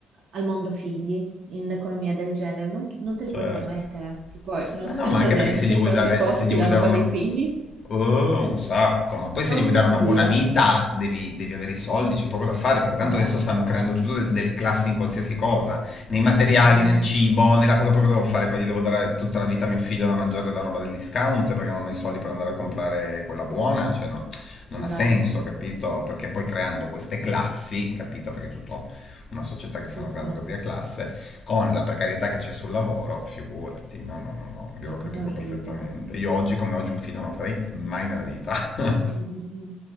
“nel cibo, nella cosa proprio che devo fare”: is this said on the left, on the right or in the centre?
Left